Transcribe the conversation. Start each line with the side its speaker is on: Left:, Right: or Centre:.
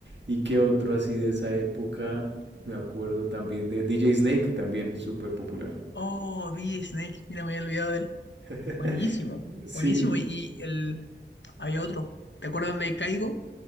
Right: ¿Y qué otro así de esa época? Me acuerdo también de DJ Snake, también súper popular.
Left: Oh, DJ Snake, mira, me había olvidado de él.
Right: <laughs>
Left: Buenísimo,
Right: Sí,
Left: buenísimo. Y el, había otro, ¿te acuerdas de Caigo?